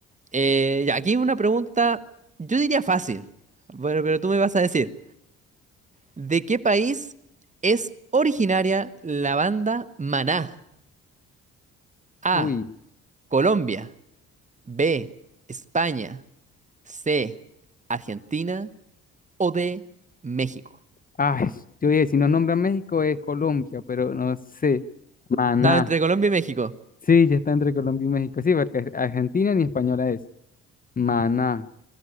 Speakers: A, on the right; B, on the left.
A: Eh, ya, aquí una pregunta, yo diría fácil, Bueno, pero tú me vas a decir, ¿de qué país es originaria la banda Maná? A,
B: Uy,
A: Colombia, B, España, C, Argentina o D, México.
B: ay, yo dije, si no nombra México es Colombia, pero no sé. Maná.
A: Estaba entre Colombia y México.
B: Sí, ya está entre Colombia y México. Sí, porque Argentina ni española es. Maná.